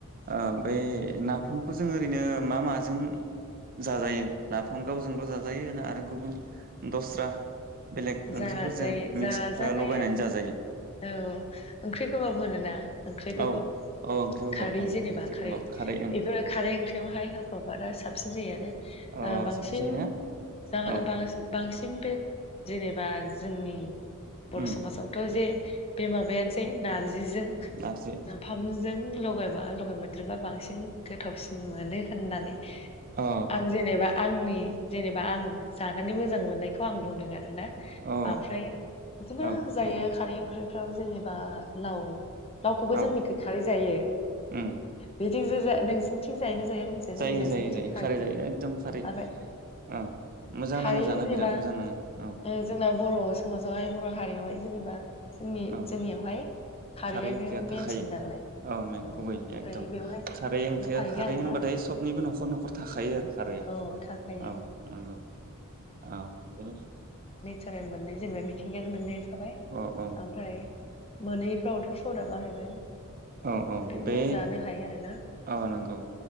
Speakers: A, on the right; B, on the left.
A: ओ बै ना नाफामखो जों ओरैनो मा माजों जाजायो नाफाम गावजोंल' जाजायो ना आरो गुबुन दस्रा बेलेग ओंख्रिफोरजों
B: जाजायो
A: मिक्स
B: जाजानाया
A: ओ ल'गानानै जाजायो?
B: औ ओंख्रि गोबाब होनोना? ओंख्रि
A: औ
B: गोबाब
A: औ ओंख्रि गोबाव
B: खारै
A: औ
B: जेनेबा
A: ओंख्रि
B: खारै
A: गोबाव ओं
B: बेफोरो खारै ओंख्रियावहाय होफाबा दा साबसिन जायो आरो
A: अ
B: ओ बांसिन
A: संनोसै ना
B: जा
A: औ
B: बां-बांसिन थिं बे जेनेबा जोंनि बर'
A: उम
B: समाजावथ' जे बे माबायानोसै नार जिजों
A: नारजि
B: नाफामजों ल'गाय ओ लगाय मोनदेरबा बांसिन गोथावसिन मोनो होननानै
A: अ
B: आं जेनेबा आंनि जेनेबा आं जानानै मोजां मोननायखौ आं बुंदों आ ना
A: अ
B: आमफ्राय बिदिनो
A: औ
B: जायो
A: नंगौ
B: खारै ओं ओंख्रिफ्राव जेनेबा लाव लावखौबो
A: औ
B: जोंनिखै खारै जायो
A: उम
B: नोंसिनिथिं जायोनो जाया? मिथिया
A: जायो
B: जायखिजाया
A: जायो
B: जोंनिथिं
A: जायो खारै जायो एकदम खारै
B: ओमफ्राय
A: औ मोजां
B: खारै
A: नाङो जानो
B: जेनेबा
A: बिराद मोजां नाङो औ।
B: ओ जोंना बर' समाजावहाय बर‌'हारियावहाय जेनेबा जोंनि
A: औ
B: जोंनियावहाय खारैआनो
A: खारै ओंख्रिया
B: मेनसिन
A: थाखायो
B: नालाय
A: औ नंगुबै
B: ओमफ्राय
A: एकदम
B: बेवहाय
A: खारै ओंख्रिया
B: होफायो
A: खारै
B: आरोना
A: होनबाथाय सबनिबो नखर नखर थाखायो आरो खारैआ
B: औ थाखायो
A: औ नंगौ औ।
B: साराय मोनै जेनेबा मिथिंगायारि मोननाय थाबाय
A: औ
B: ओमफ्राय मोनैफ्रावथ सदा बाहायबाय।
A: औ औ
B: बेबायदिनो
A: बे
B: जानो हायो आरोना
A: औ नोंगौ